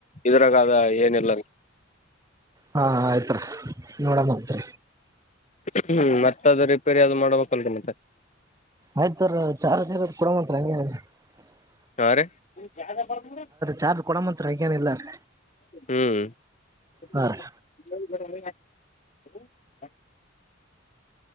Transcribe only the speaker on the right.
ಹಾ ಆಯ್ತ್ರಿ ನೋಡಣತ್ರಿ.
ಆಯ್ತರ ಚಾರ ಜನ ಕೊಡ ಮಂತ್ರೆ. <unintelligible>
ಚಾರ್ಜ್ ಕೊಡಮತ್ರಿ ಹಂಗೇನಿಲ್ಲ ರೀ
ಹಾ ರೀ